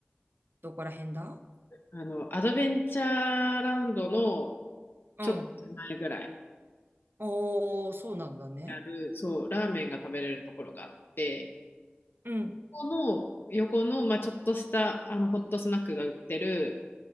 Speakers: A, on the right; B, on the left.
A: どこら辺だ
B: あの、アドベンチャーランドの
A: うん。
B: ちょっと手前ぐらい
A: おー、そうなんだね。
B: にある、そう、ラーメンが食べれるところがあって、
A: うん。
B: ここの横の、まあ、ちょっとしたあのホットスナックが売ってる